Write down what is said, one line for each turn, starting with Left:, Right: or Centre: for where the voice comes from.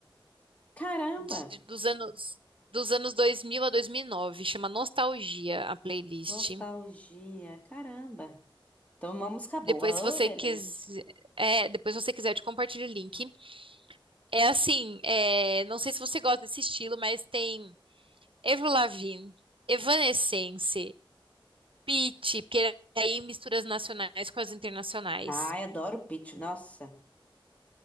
Left: Caramba!
Right: de- de- dos anos. Dos anos 2000 a 2009, chama Nostalgia, a playlist.
Left: Nostalgia, caramba. Então, uma música boa.
Right: Depois, se você
Left: Oh, beleza.
Right: quiser, é, depois se você quiser, eu te compartilho o link. É assim, é, não sei se você gosta desse estilo, mas tem Avril Lavigne, Evanescence, Pitty, porque aí mistura as nacionais com as internacionais.
Left: Ai, adoro o Pitty, nossa.